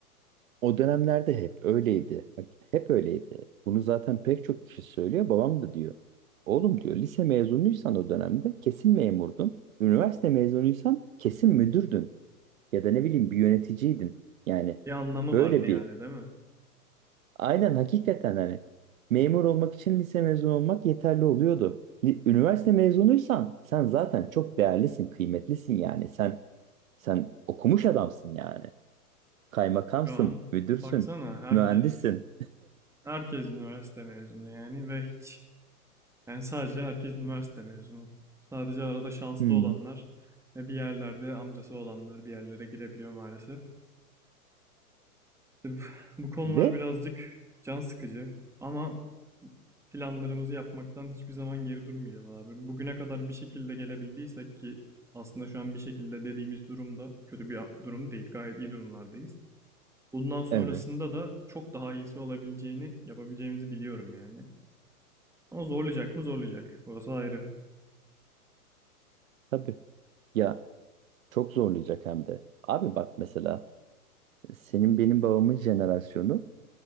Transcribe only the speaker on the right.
O dönemlerde hep öyleydi. Bak, Hep öyleydi. Bunu zaten pek çok kişi söylüyor. Babam da diyor. Oğlum diyor lise mezunuysan o dönemde kesin memurdun. Üniversite mezunuysan kesin müdürdün. Ya da ne bileyim bir yöneticiydin. Yani
böyle
bir
Aynen hakikaten hani memur olmak için lise mezunu olmak yeterli oluyordu. Li- Üniversite mezunuysan sen zaten çok değerlisin, kıymetlisin yani. Sen sen okumuş adamsın yani. Kaymakamsın,
müdürsün,
mühendissin.
Hmm.
Ve
evet.
Tabii. Ya çok zorlayacak hem de. Abi bak mesela senin benim babamın jenerasyonu